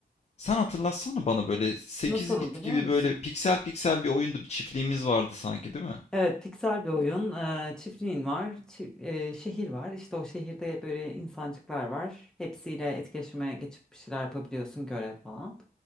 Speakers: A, on the left; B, in the centre.
A: Sen hatırlatsana bana böyle 8
B: nasıl
A: bit
B: biliyor
A: gibi
B: musun?
A: böyle piksel piksel bir oyunda bir çiftliğimiz vardı sanki değil mi?
B: Evet, piksel bir oyun. Ee, çiftliğin var, çi- e, şehir var. İşte o şehirde böyle insancıklar var. Hepsiyle etkileşime geçip bir şeyler yapabiliyorsun, görev falan.